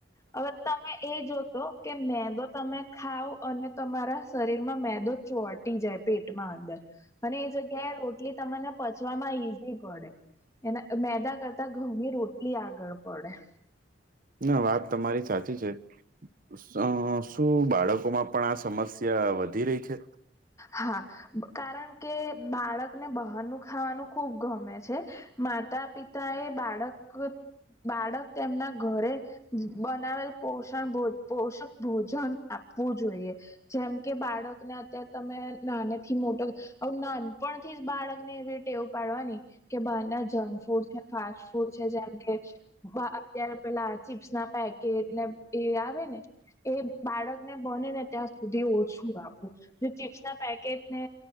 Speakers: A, on the left; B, on the right.
A: હવે તમે એ જોશો કે મેંદો તમે ખાવ અને તમારા શરીરમાં મેદો ચોટી જાય પેટમાં અંદર અને એ જગ્યાએ રોટલી તમને પચવામાં ઈઝી પડે. અને મેદા કરતા ઘઉંની રોટલી આગળ પડે
B: ના વાત તમારી સાચી છે. શ શું બાળકોમાં પણ આ સમસ્યા વધી રહી છે.
A: હા કારણ કે બાળકને બહારનું ખાવાનું ખુબ ગમે છે. માતા પિતા એ બાળક બાળક તેમના ઘરે બનાવેલ પોષણ ભોજન આપવું જોઈએ જેમ કે બાળકને ત્યા તમે નાનેથી મોટો હ નાનપણ થી જ બાળક ને એવી ટેવું પાડવાની કે બહાર ના જંક ફૂડ ફાસ્ટ ફૂડ છે જેમ કે વા અત્યારે પેલા ચીપ્સ ના પેકેટ ને એ આવે ને એ બાળકને બને ને ત્યાં સુધી ઓછું આપવું. ચીપ્સ ના પેકેટ ને